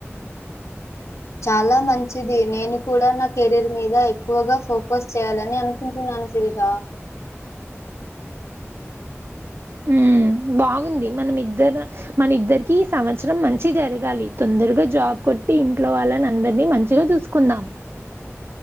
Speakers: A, on the left; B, on the right.
A: చాలా మంచిది నేను కూడా నా కెరీర్ మీద ఎక్కువగా ఫోకస్ చేయాలని అనుకుంటున్నాను శిరీష
B: ఉ బాగుంది మనం ఇద్దరు మన ఇద్దరికి సంవత్సరం మంచి జరగాలి తొందరగా జాబ్ కొట్టి ఇంట్లో వాళ్ళని అందరినీ మంచిగా చూసుకుందాం